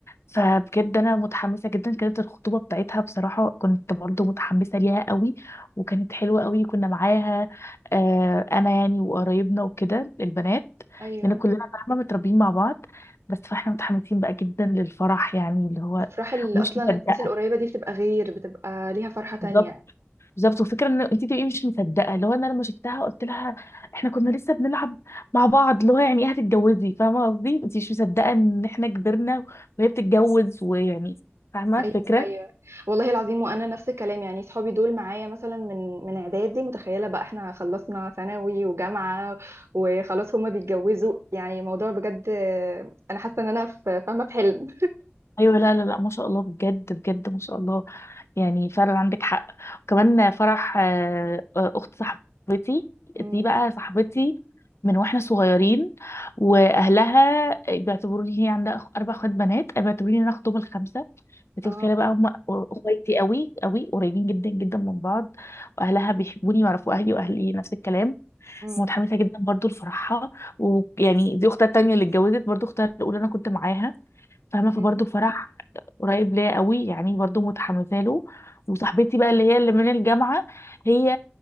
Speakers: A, on the left; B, on the right.
A: فبجد انا متحمسه جدا كانت الخطوبه بتاعتها بصراحه كنت برضو متحمسه ليها قوي وكانت حلوه قوي كنا معاها آه انا يعني وقرايبنا وكده البنات
B: ايوه
A: لان كلنا فاهمه متربيين مع بعض بس فاحنا متحمسين بقى جدا للفرح يعني اللي هو
B: افراح ال...
A: مش
B: اصلا
A: مصدقه
B: الناس القريبه دي بتبقى غير بتبقى ليها فرحه تانية
A: بالظبط. بالظبط وفكرة ان انت تبقي مش مصدقه اللي هو انا لما شفتها قلت لها احنا كنا لسه بنلعب مع بعض اللي هو يعني ايه هتتجوزي فاهمه قصدي انت مش مصدقه ان احنا كبرنا وهي بتتجوز ويعني فاهمه الفكره
B: ايوه ايوه والله العظيم وانا نفس الكلام يعني صحابي دول معايا مثلا من من اعدادي متخيله بقى احنا خلصنا ثانوي وجامعه وخلاص هما بيتجوزوا يعني الموضوع بجد آه، انا حاسه ان انا في فاهمه في حلم
A: ايوه لا لا لا ما شاء الله بجد بجد ما شاء الله يعني فعلا عندك حق وكمان فرح آه، اخت صاحبتي
B: امم
A: دي بقى صاحبتي من واحنا صغيرين واهلها بيعتبروني هي عندها أخ- اربع اخوات بنات بيعتبروني انا اختهم الخمسه انت
B: اه
A: متخيله بقى هم اخواتي قوي قوي قريبين جدا جدا من بعض واهلها بيحبوني ويعرفوا اهلي واهلي نفس الكلام
B: امم
A: متحمسه جدا برضو لفرحها ويعني دي اختها التانيه اللي اتجوزت برضو اختها الاولى انا كنت معاها فاهمه فبرضه
B: أمم،
A: فرح قريب ليا قوي يعني برضه متحمسه له وصاحبتي بقى اللي هي اللي من الجامعه هي